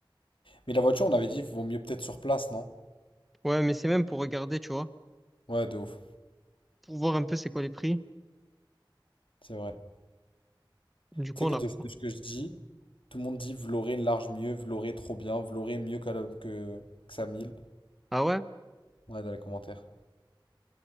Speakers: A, on the left; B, in the centre.
A: Mais la voiture, on avait dit, vaut mieux peut-être sur place, non?
B: Ouais, mais c'est même pour regarder, tu vois,
A: Ouais, de ouf.
B: pour voir un peu c'est quoi les prix.
A: C'est vrai.
B: Du coup,
A: Tu sais
B: on
A: que
B: la
A: de,
B: prend.
A: de ce que je dis, tout le monde dit Vloré large mieux, Vloré trop bien, Vloré mieux que, la- que, que Samil.
B: Ah ouais?
A: Ouais, dans les commentaires.